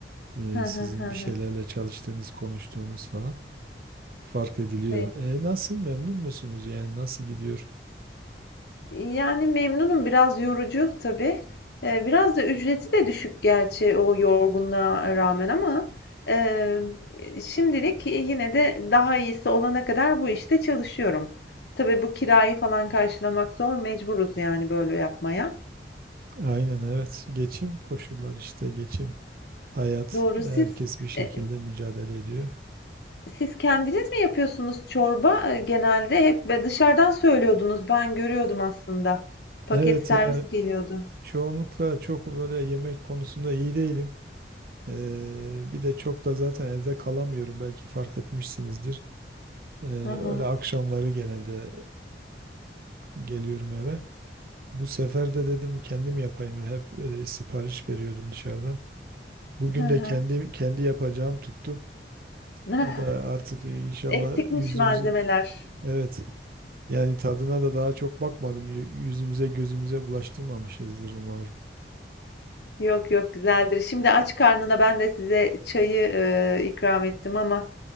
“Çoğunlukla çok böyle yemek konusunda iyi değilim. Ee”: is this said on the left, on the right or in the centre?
Right